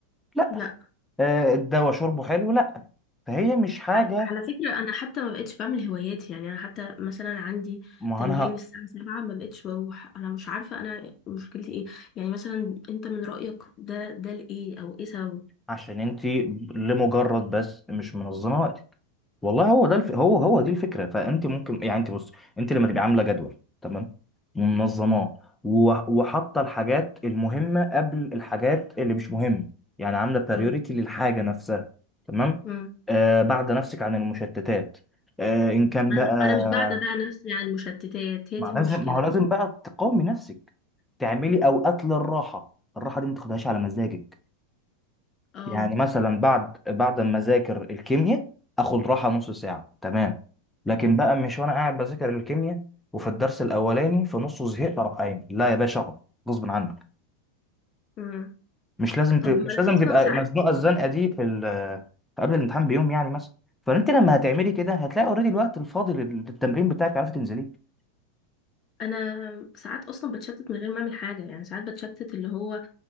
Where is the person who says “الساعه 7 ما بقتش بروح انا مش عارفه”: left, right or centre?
Left